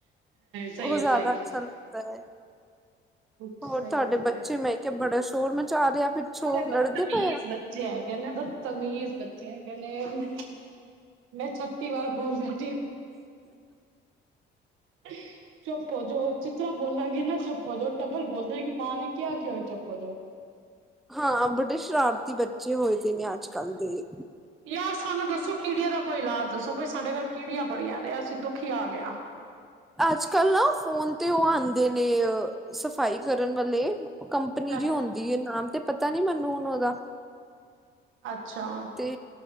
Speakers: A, on the right; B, in the centre.
A: ਸਹੀ
B: ਉਹ
A: ਹੈ
B: ਜ਼ਿਆਦਾ
A: ਸਹੀ
B: ਅੱਛਾ
A: ਹੈ
B: ਲੱਗਦਾ ਹੈ
A: ਸਹੀ
B: ਹੋਰ ਤੁਹਾਡੇ
A: ਗੱਲ
B: ਬੱਚੇ
A: ਹੈ
B: ਮੈਂ ਕਿਹਾ ਬੜੇ ਸ਼ੋਰ ਮ ਚਾ ਰਿਹਾ ਪਿੱਛੋਂ
A: ਬੜੇ ਬਦਤਮੀਜ਼
B: ਲੜਦੇ ਪਏ ਆ
A: ਬੱਚੇ ਹੈਗੇ ਨੇ ਬਦਤਮੀਜ਼ ਬੱਚੇ ਹੈਗੇ ਨੇ ਮੈਂ ਛੱਤੀ ਵਾਰ ਸਮਜਾਂਦੀ ਆ ਚੁੱਪ ਹੋ ਜੋ, ਜਿਤਨਾ ਬੋਲਾਂਗੇ ਨਾ ਚੁੱਪ ਹੋ ਜੋ, ਟਬਲ ਬੋਲਦੇ ਕਿ ਮਾਂ ਨੇ ਕਿਆ ਕਿਉਂ ਹੈ ਚੁੱਪ ਹੋ ਜੋ
B: ਹਾਂ ਬੜੇ ਸ਼ਰਾਰਤੀ ਬੱਚੇ ਜੇ ਹੋਏ ਤੇ ਨੇ ਅੱਜ ਕੱਲ ਦੇ
A: ਯਾਰ ਸਾਨੂੰ ਦੱਸੋ ਕੀੜੀਆਂ ਦਾ ਕੋਈ ਇਲਾਜ ਦੱਸੋ ਭਾਈ ਸਾਡੇ ਘਰ ਕੀੜੀਆਂ ਬੜੀਆਂ ਨੇ ਅਸੀਂ ਦੁਖੀ ਆ ਗ
B: ਅੱਜ ਕੱਲ ਨਾ ਫੋਨ ਤੇ ਉਹ ਆਉਂਦੇ ਨੇ ਸਫ਼ਾਈ ਕਰਨ ਵਾਲੇ ਕੰਪਨੀ
A: ਅੱ
B: ਜੀ ਹੁੰਦੀ ਹੈ ਨਾਮ ਤੇ ਪਤਾ ਨੀ ਮੈਨੂੰ ਹੁਣ ਉਹਦਾ
A: ਅੱਛਾ
B: ਤੇ